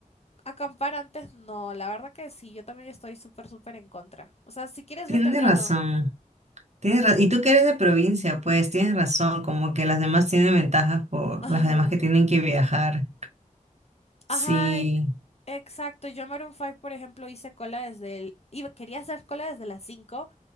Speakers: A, on the left (about 50°); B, on the right (about 55°).
A: acampar antes, no, la verdad que sí, yo también estoy súper, súper en contra. O sea, si quieres,
B: Tienes
A: ve temprano.
B: razón. Tienes ra- y tú que eres de provincia, pues tienes razón, como que las demás tienen ventajas por
A: Ajá.
B: las demás que tienen que viajar.
A: Ajá,
B: Sí,
A: ex- exacto. Yo en Maroon 5, por ejemplo, hice cola desde el... Iba, quería hacer cola desde las cinco